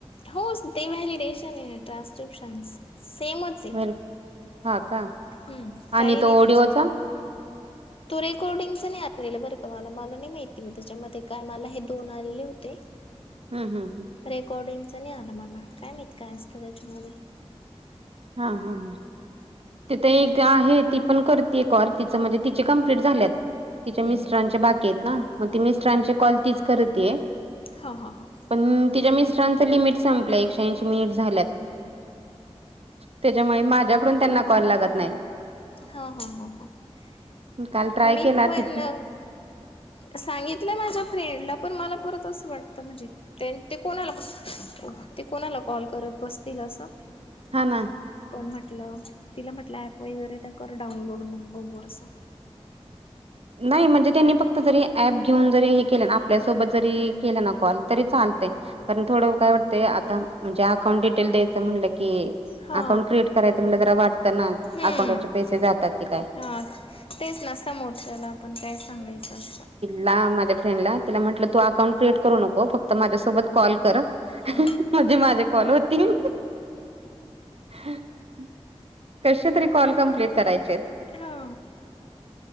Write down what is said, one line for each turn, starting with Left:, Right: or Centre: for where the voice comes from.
Left: हो ते व्हॅलिडेशन आहे ट्रान्स्क्रिप्शन सेमच
Right: वर हा का
Left: हम्म काही
Right: आणि
Left: नाही
Right: तो ओडिओचा
Left: त्याच तू रेकॉर्डिंगच नाही आलेलं बरं का मला मला नाही माहिती म त्याच्यामध्ये काय मला हे दोन आलेले होते. <inaudible>
Right: हम्म हम्म हम्म.
Left: रेकॉर्डिंगच नाही आलं मला काय माहित काय असतं त्याच्यामध्ये.
Right: हा हा हा. तिथ एक आहे ती पण करते कॉल तिचं म्हणजे तिचे कंप्लीट झाल्यात.
Left: हम्म
Right: तिच्या मिस्टरांच्या
Left: हम्
Right: बाकी आहेत ना मग ती मिस्टरांची कॉल तीच करती ये.
Left: हा हा हा.
Right: पण तिच्या मिस्टरांच लिमिट संपलं एकश ऐंशी मिनिट झाल्यात. त्याच्यामुळे माझ्याकडून त्यांना कॉल लागत नाही.
Left: हा हा हा हा
Right: काल ट्राय
Left: मी
Right: केला
Left: पण
Right: ति
Left: सांगितलं माझ्या फ्रेंडला पण मला परत असं वाटतं म्हणजे तेन ते कोणाला ते कोणाला कॉल करत बसतील असं.
Right: हा ना.
Left: पण म्हटलं तिला म्हटलं ऍप वगैरे त कर डाउनलोड मग बघू असं.
Right: नाही म्हणजे त्यांनी फक्त जरी ऍप घेऊन जरी हे केलं ना आपल्यासोबत जरी केलं ना कॉल तरी चाल कारण थोडं काय वाटतय आता म्हणजे अकाउंट डिटेल द्यायचं म्हणलं की
Left: हा
Right: अकाउंट क्रिएट करायचं म्हणलं जरा वाटतं ना
Left: हम्म
Right: अकाउंटवरचे पैसे जातात की काय.
Left: हा तेच ना समोरच्याला आपण काय सांगायचं असं.
Right: ला माझ्या फ्रेंड ला तिला म्हंटलं तू अकाउंट क्रिएट करू नको फक्त माझ्यासोबत कॉल कर
Left: हा
Right: म्हणजे माझे कॉल होतील. <unintelligible> कशे तरी कॉल कम्पलीट करायचे येत.
Left: हा